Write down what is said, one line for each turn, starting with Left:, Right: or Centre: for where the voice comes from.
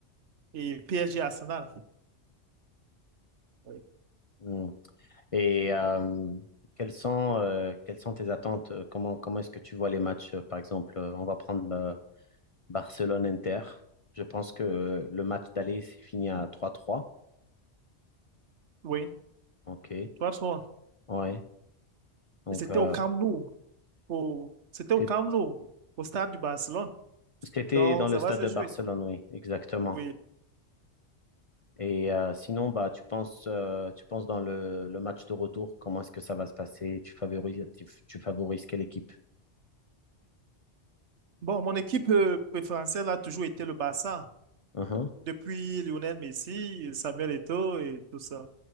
Right: et PSG Arsenal. Oui.
Left: Mm. Et euh, quelles sont, euh, quelles sont tes attentes? Euh, Comment, comment est-ce que tu vois les matchs? euh, Par exemple, Euh, on va prendre euh, Barcelone-Inter. Je pense que euh, le match d'aller s'est fini à trois trois.
Right: Oui,
Left: Ok,
Right: 3-3.
Left: ouais. Donc,
Right: Et C'était
Left: euh,
Right: au Camp Nou, au... c'était au
Left: c'est-
Right: Camp Nou, au stade du Barcelone.
Left: c'était
Right: Donc,
Left: dans le
Right: ça va
Left: stade
Right: se
Left: de
Right: jouer.
Left: Barcelone, oui, exactement.
Right: Oui.
Left: Et euh, sinon, bah, tu penses, euh, tu penses dans le, le match de retour, comment est-ce que ça va se passer? Tu favorises, tu, tu favorises quelle équipe?
Right: Bon, mon équipe euh, préférentielle a toujours été le Barça.
Left: Mhm,
Right: depuis Lionel Messi, Samuel Eto'o et tout ça.